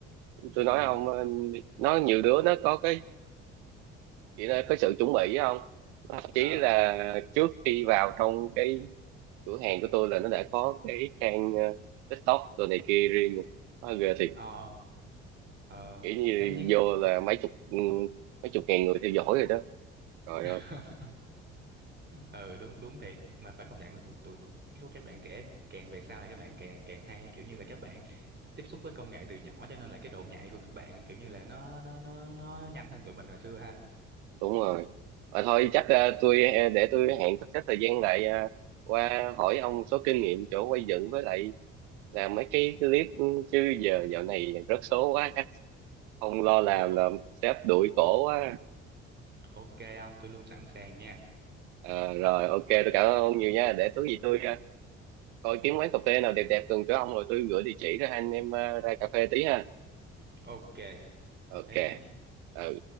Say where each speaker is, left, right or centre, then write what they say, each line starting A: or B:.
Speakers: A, on the right; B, on the right.
A: ừ
B: tôi nói ông ờ, nó nhiều đứa nó có cái chị đã có sự chuẩn bị không thậm chí
A: ờ
B: là trước khi vào trong cái cửa hàng của tôi là nó đã có cái trang ờ, TikTok rồi này kia riêng rồi. Quá ghê thiệt
A: ờ ờ
B: kiểu như
A: ê nhưng
B: vô là mấy chục ừ, mấy chục ngàn người theo dõi rồi đó Trời
A: <laughs>
B: ơi,
A: ừ đúng đúng thiệt mà phải công nhận là tụi tụi các các bạn trẻ càng về sau này các bạn càng càng hay á. kiểu như là các bạn tiếp xúc với công nghệ từ nhỏ cho nên là cái độ nhạy của các bạn kiểu như là nó nó nó nó nhanh hơn tụi mình hồi xưa ha
B: đúng rồi. Mà thôi chắc ờ, tôi ờ, để tôi hẹn sắp xếp thời gian lại ờ, qua hỏi ông số kinh nghiệm chỗ quay dựng với lại làm mấy cái clip ừ, chứ giờ dạo này rớt số quá chắc không lo làm
A: Ồ,
B: là sếp đuổi cổ quá.
A: ok không tôi luôn sẵn sàng nha
B: Ờ, rồi ok tôi cảm ơn ông nhiều nha để tối gì tôi ờ, coi kiếm quán cà phê nào đẹp đẹp gần chỗ ông rồi tôi gửi địa chỉ rồi hai anh em ờ, ra cà phê tí ha
A: ok
B: ok
A: thế nha
B: Ờ,